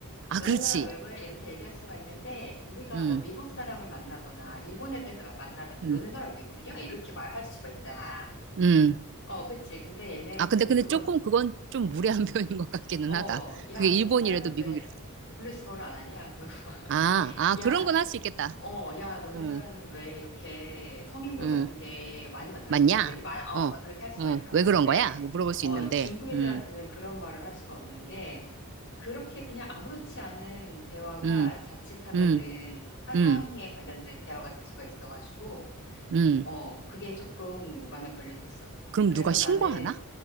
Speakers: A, on the right; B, on the left.
A: 아,
B: 너네
A: 그렇지.
B: 나라 왜 그래? 이렇게 얘기할 수가 있는데, 우리가
A: 음,
B: 뭐 미국 사람을 만나거나, 일본 애들 만나면
A: 음.
B: 너네 나라 왜 그러냐? 이렇게 말할 수가 있잖아.
A: 음,
B: 어, 그치. 근데 얘네한테는
A: 아, 근데, 근데
B: 그거,
A: 조금 그건 좀 무례한 <laughs> 표현인 것 같기는
B: 어,
A: 하다.
B: 야,
A: 그게 일본이라도
B: 너네 나라는
A: 미국이라도.
B: 왜 분리수거를 안 하냐? 그러고 막, <laughs>
A: 아, 아, 그런
B: 야,
A: 건 할 수 있겠다.
B: 어, 야, 너네
A: 응,
B: 나라는 왜 이렇게 성인물
A: 응,
B: 같은 게 많이 만들어지냐?
A: 맞냐?
B: 뭐 이렇게 말, 어,
A: 어,
B: 막 그렇게 할 수가
A: 어,
B: 있잖아.
A: 왜 그런
B: 근데,
A: 거야? 이거 물어볼 수
B: 어,
A: 있는데.
B: 중국 애들한테는
A: 음,
B: 그런 말을 할 수가 없는 게, 그렇게 그냥 아무렇지 않은 대화가
A: 음,
B: 자칫하면은
A: 음,
B: 사상에
A: 음,
B: 관련된 대화가 될 수가 있어가지고,
A: 음.
B: 어, 그게 조금 마음에 걸렸었어.
A: 그럼
B: 그래서
A: 누가 신고하나?
B: 나는,